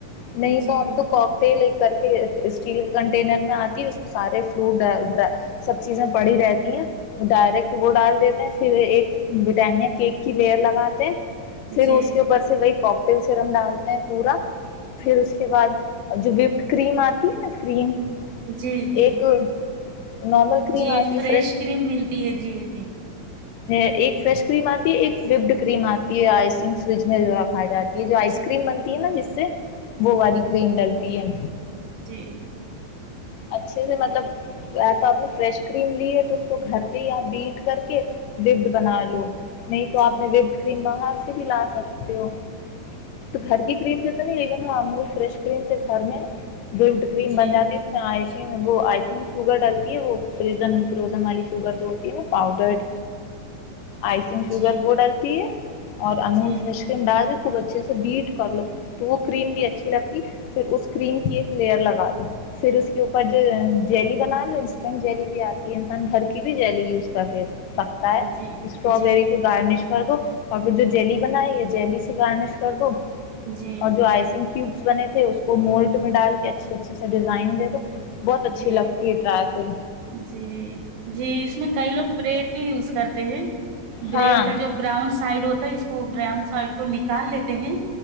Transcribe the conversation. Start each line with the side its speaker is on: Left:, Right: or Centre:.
Left: نہیں
Right: جی جی
Left: تو ہم تو ل کر کے اسٹیل کنٹینر میں آتی اس کے سارے فروٹر سب چیزیں پڑھی رہتی ہیں ڈائریکٹ وہ ڈال دیتے ہیں پھر ایک بریٹانیا کیک کی لیئر لگاتے پھر
Right: جی
Left: اس کے اوپر سے وہی پکٹیل سرم ڈالتے ہیں پورا پھر اس کے بعد جو وپڈ کریم آتی ہے نا کریم
Right: جی جی
Left: ایک نارمل کریم
Right: جی
Left: آتی ہے
Right: فریش کریم ملتی ہے جی جی
Left: ایک فریش کریم آتی ہے ایک وبڈ کریم آتی ہے آئسنگ فریج میں جو کھ جاتی ہے جو
Right: جی
Left: آئس کریم بنتی ہے نا جس سے وہ والی کریم ڈلتی ت ایم
Right: جی
Left: اچھے سے مطلب تو آپ نے فریش کریم لی ہے تو اس کو گھر پہ یہ بیٹ کر کے وپڈ بنا لو نہیں تو آپ
Right: جی
Left: نے وپ کریم مانگا بھی لا سکتے ہو تو گھر کی کریم سے تو نہیں لیکن ہ امول فریش کریم سے اس سے گھر میں وپڈ کریم
Right: جی
Left: بناتی ہے اس میں آئش وہ آئسنگ شوگر ڈالتی ہے وہ فری فروزن والی شوگر جو ہوتی ہے نا پاؤڈرڈ آئسنگ شوگر
Right: جی
Left: وہ ڈلتی ہے اور امول
Right: جی
Left: فریش کریم ڈال بھی خوب اچھا اچھے سے بیٹ کر لو تو وہ کریم بھی اچھی لگتی پھر اس کریم کی ایک لیئر لگا دو پھر اس کے اوپر جو جیلی بنا لو انسٹنٹ جیلی بھی آتی ہے انسان گھر کی بھی جیلی یوز کر رہے ہے کو سکتا ہے
Right: جی
Left: اسٹراابیری
Right: جی
Left: سے گارنش کو کر دو اور پھر جو جیلی بنائی ہے جیلی سے گارنش کر دو
Right: جی
Left: اور جو آئسنک کیوب بنے تھے اس وہ مولٹ میں ڈال کے اچھے اچھے سے ڈیزائن دے دو بہت اچھی
Right: جی
Left: لگتی ہے ٹرائفل
Right: جی جی اس میں کئی لوگ بریڈ بھی یوز کرتے ہیں بریڈ
Left: ہاں
Right: کا جو براؤن سائڈ ہوتا ہے اس کو براؤن سائڈ کو نکال لیتے ہیں